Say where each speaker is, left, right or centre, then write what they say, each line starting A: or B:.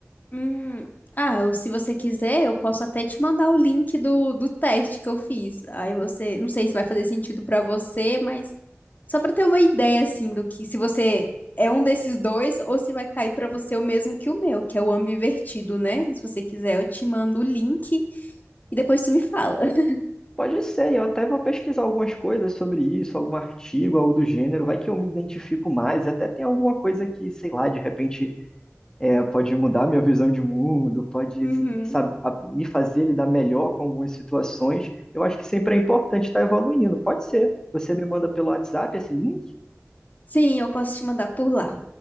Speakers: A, on the left (about 40°); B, on the left (about 15°).
A: Hum, ah, eu- se você quiser, eu posso até te mandar o link do, do teste que eu fiz. Aí você, não sei se vai fazer sentido pra você, mas só pra ter uma ideia assim do que se você é um desses dois ou se vai cair pra você o mesmo que o meu, que é o ambivertido, né? Se você quiser, eu te mando o link e depois tu me fala. <laughs>
B: Pode ser, eu até vou pesquisar algumas coisas sobre isso, algum artigo, algo do gênero, vai que eu me identifico mais, e até tem alguma coisa que, sei lá, de repente é, pode mudar minha visão de mundo, pode
A: Uhum.
B: sabe, a- me fazer lidar melhor com algumas situações. Eu acho que sempre é importante estar evoluindo, pode ser. Você me manda pelo WhatsApp esse link?
A: Sim, eu posso te mandar por lá.